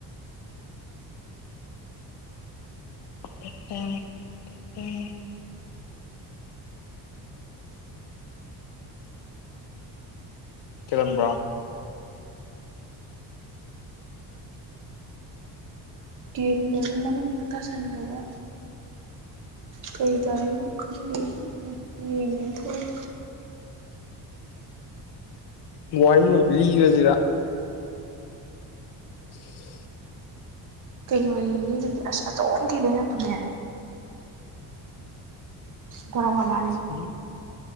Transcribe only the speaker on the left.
<unintelligible> ꯀꯤꯂꯝꯕ꯭ꯔꯥ
ꯋꯥꯔꯤ ꯑꯣꯏꯕꯤ ꯂꯤꯔꯁꯤꯗ <inaudible>
ꯎꯝ